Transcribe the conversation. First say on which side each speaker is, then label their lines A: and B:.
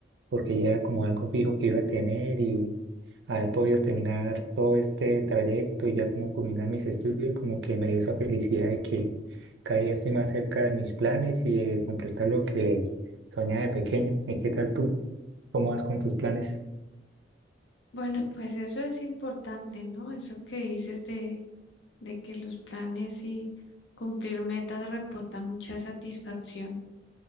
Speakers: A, on the right (about 85°); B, on the left (about 85°).
A: porque ya era como algo fijo que iba a tener haber podido terminar todo este trayecto y ya como culminar mis estudios, como que me dio esa felicidad de que cada día estoy más cerca de mis planes y de completar lo que soñaba de pequeño. ¿Y qué tal tú? ¿Cómo vas con tus planes?
B: Bueno, pues eso es importante, ¿no? Eso que dices de, de que los planes y cumplir metas reporta mucha satisfacción.